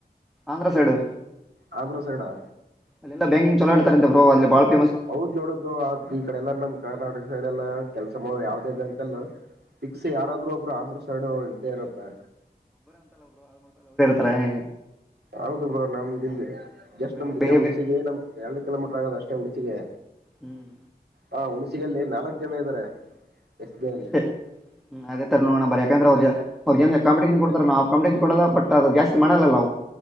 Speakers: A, in the centre; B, on the right (about 80°).
A: ಆಂಧ್ರ ಸೈಡು.
B: ಆ ಆಂದ್ರಾದ್ರಾಸೈಡಾ.
A: ಅಲ್ಲ ಬ್ಯಾಂಂಗ್ ಚಲ ಹೇತಾರೆ ಅ ಬ್ರ ಅಲ್ಲಿಾಳ.
B: ಹೌದ್ ನೋಡೋದು ಆದ ಈ ಕಡೆ ಎಲ್ಲ ನಮ್ ಕರ್ನಾಟಕ ಸೈಡ್ಲ್ಲ ಕೆಲ್ಸ ಮಾಡುವ ಯಾವದೇ ಬ್ಯಾಂಕ ಅಲ್ಲ ಯಾರಾದ್ರೂ ಒಬ್ರು ಆಂಧ್ರ ಸೈಡ್ ಇದ್ದೇ ಇರುತ್ತೆ
A: ಟ್ರೈ
B: ಹೌದು ಬ್ರೋ ನಮ್ದ ಇಲ್ಲಿ ಜಸ್ಟ್
A: ಬೇರೆ
B: ಇಲ್ಲಿ ನಮ್ದಿಲ್ಲೇ
A: ಬೇರೆ
B: ಹುಣಸಿಗೆ
A: ಬೇರೆ
B: ನಮ್ ಎರಡು ಕಿಲೋಮೀಟರ್ ಆಗದ ಅಷ್ಟೇ ಹುಣಸಿಗೆ
A: ಹ್ಮ್
B: ಹ ಹುಣ ಸಿಗಲ್ಲಿ ನಾಲ್ಕ್ ಜನ ಇದ್ದಾರೆ ಎಸ್ ಬಿ ಐ ಅಲ್ಲಿ
A: ಅಷ್ಟೇ ಹ್ಮ ಅದೇ ತರನೋಡಣ ಯಕಂದ್ರ ಬರೆ ಅವ್ರ ಜನ ಕಾಂಪಿಟೇಶನ್ ಕೊ ಕ ಕೊಡಲ್ಲ ಬಟ್ ಅ ಜಾಸ್ತಿ ಮಾಡಲ್ಲ